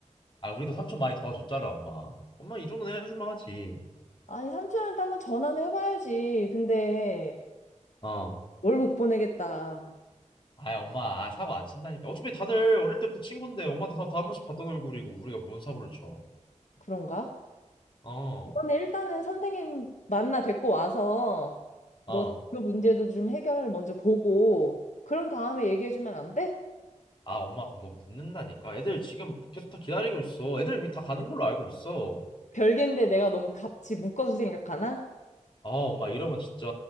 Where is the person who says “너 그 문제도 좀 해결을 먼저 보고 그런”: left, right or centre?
Left